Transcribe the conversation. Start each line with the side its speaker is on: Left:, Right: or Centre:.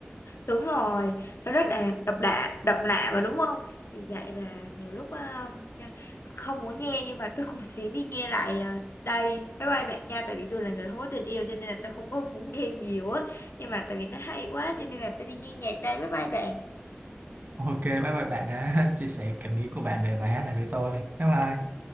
Left: đúng rồi nó rất là độc lạ độc lạ mà đúng không vì vậy là nhiều lúc ờ, không muốn nghe nhưng mà tôi cũng sẽ đi nghe lại ờ, đây bye bye bạn nha tại vì tôi là người không có tình yêu cho nên là tôi không có muốn nghe nhiều á nhưng mà tại vì nó hay quá cho nên là tôi đi nghe nhạc đây bye bye bạn
Right: ok bye bye bạn đã <laughs> chia sẻ cảm nghĩ của bạn về bài hát này với tôi bye bye